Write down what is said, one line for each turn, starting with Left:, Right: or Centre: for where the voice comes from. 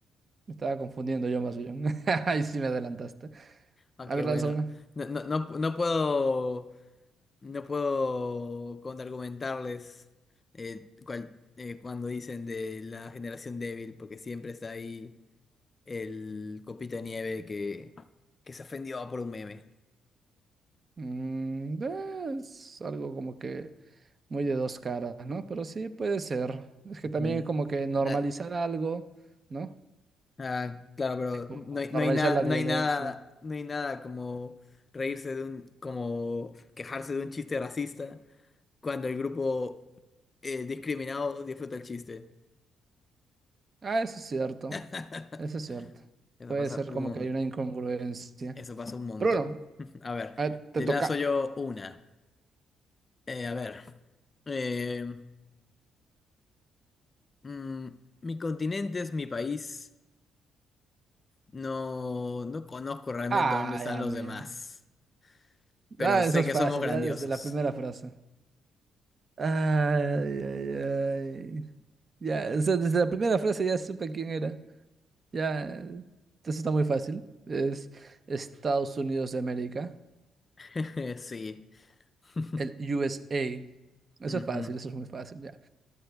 Right: Me estaba confundiendo yo más bien. <laughs> Ahí sí me adelantaste.
Left: Aunque
Right: A ver,
Left: bueno,
Right: lanza una.
Left: no, no, no, no puedo. No puedo contraargumentarles eh, cual- eh, cuando dicen de la generación débil, porque siempre está ahí el copito de nieve que, que se ofendió por un meme.
Right: Mm, eh, es algo como que muy de dos caras, ¿no? Pero sí puede ser. Es que
Left: Ujú.
Right: también como que normalizar
Left: Na-
Right: algo, ¿no?
Left: ah, claro, pero
Right: Tipo,
Left: no hay,
Right: normalizar
Left: no hay nada,
Right: la
Left: no
Right: violencia.
Left: hay nada, no hay nada como reírse de un, como quejarse de un chiste racista cuando el grupo eh, discriminado disfruta el chiste.
Right: Ah, eso es cierto.
Left: <laughs>
Right: Eso es cierto.
Left: Eso
Right: Puede
Left: pasa
Right: ser
Left: un
Right: como
Left: montón.
Right: que hay una incongruencia.
Left: Eso pasa un montón.
Right: Pero bueno,
Left: <laughs> A ver,
Right: a ver, te
Left: te
Right: toca.
Left: lazo yo una. Eh, a ver. eh, mm, mi continente es mi país. No, no conozco realmente
Right: Ay,
Left: dónde están
Right: amigo.
Left: los demás, pero
Right: Ah,
Left: sé
Right: eso es
Left: que
Right: fácil,
Left: somos grandiosos.
Right: ya desde la primera frase. Ay, ay, ay. Ya, o sea, desde la primera frase ya supe quién era. Ya, eso está muy fácil. Es Estados Unidos de América,
Left: <laughs> Sí. <laughs>
Right: el USA. Eso
Left: Ujú.
Right: es fácil, eso es muy fácil, ya.